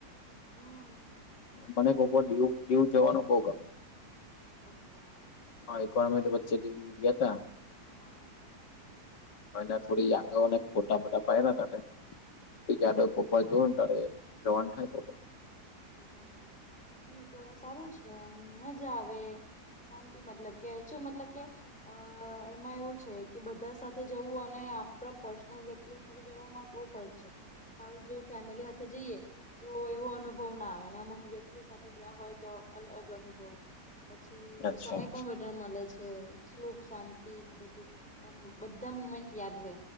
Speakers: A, in the centre; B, on the left (about 85°).
A: હમ્મ.
B: મને કોકવાવું <unintelligible> જવાનું બોવગમે
A: અચ્છા
B: હ એકવાણ અમેતો વચ્ચેથી ગીયાતા
A: હા હા
B: અને થોડી યાદો અને ફોટા બધા પાડ્યા તા તે <inaudible> જવાન થાય તો પણ.
A: બરાબર દીવ તો સારું છે એમ મજા આવે. શાંતિ મતલબ કે છું મતલબ કે અહ એમાં એવું છે કે બધા સાથે જવું અને આપણા પર્સનલ વ્યક્તિઓ <inaudible> બ ફરજ છે હાલ જો ફેમિલી સાથે જઈએ તો એવો અનુ અનુભવ ના આવે અમુક વ્યક્તિ સાથે ગયા હોય તો અલગ અનુભવ પછી
B: અચ્છા
A: સમય પણ વધ મળે છે સુખ શાંતિ ને બધું એમ બધા મુમેન્ટ યાદ રે